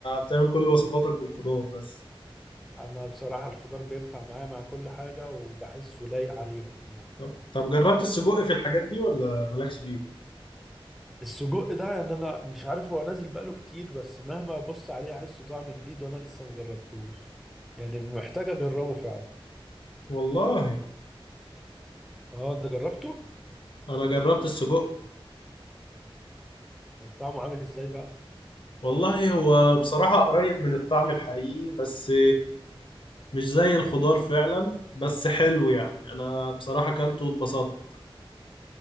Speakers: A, on the left (about 60°); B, in the centre.
A: بتعمل كل وصفاتك بالخضار بس
B: انا بصراحة الخضار بينفع معايا مع كل حاجة وبحسه لايق عليهم يعني
A: طب طب جربت السجق في الحاجات دي ولا مالكش فيه
B: السجق ده يعني انا مش عارف هو نازل بقاله كتير بس مهما ابص عليه احسه طعم جديد وانا لسه ما جربتوش يعني محتاج اجربه فعلا
A: والله
B: اه انت جربته
A: انا جربت السجق
B: طب طعمه عامل ازاي بقى
A: والله هو بصراحة قريب من الطعم الحقيقي بس مش زي الخضار فعلا بس حلو يعني انا بصراحة اكلته واتبسطت